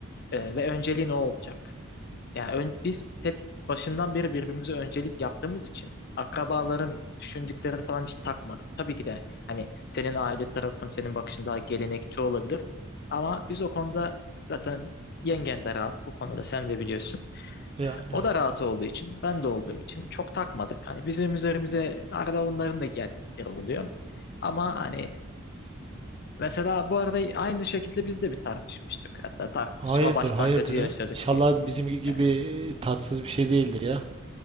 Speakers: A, on the left; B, on the right.
A: e, ve önceliğin o olacak. Yani ön, biz hep başından beri birbirimize öncelik yaptığımız için akrabaların düşündüklerini falan hiç takmadık. Tabii ki de hani senin aile tarafın, senin bakışın daha gelenekçi olabilir. Ama biz o konuda zaten yengen de rahat. O konuda sen de biliyorsun.
B: Yani
A: Ee, O
B: evet.
A: da rahat olduğu için, ben de olduğum için çok takmadık. Hani bizim üzerimize arada onların da geldikleri oluyor. Ama hani mesela bu arada aynı şekilde biz de bir tartışmıştık. Hatta tartışma
B: Hayırdır,
A: başlangıcı
B: hayırdır.
A: yaşadık
B: He. İnşallah
A: diyeyim.
B: bizimki gibi
A: Yani
B: e, tatsız bir şey değildir ya.